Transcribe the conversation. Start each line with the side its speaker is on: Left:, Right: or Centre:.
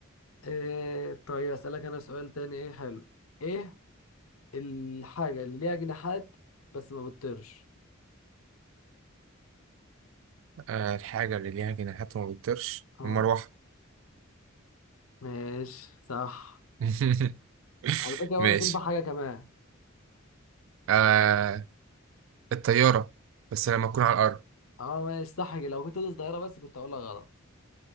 Left: إيه طيب أسألك أنا سؤال تاني إيه حلو إيه الحاجة اللي ليها جناحات بس ما بتطيرش
Right: آه، الحاجه اللي ليها جناحات وما بتطيرش
Left: اه
Right: المروحه
Left: ماشي صح
Right: <laughs>
Left: على فكرة
Right: ماشي
Left: برضه تنفع حاجة كمان
Right: آه الطيارة بس لما أكون على الأرض
Left: اه ماشي صح كده. لو كنت قلت الظاهرة بس كنت هقولها غلط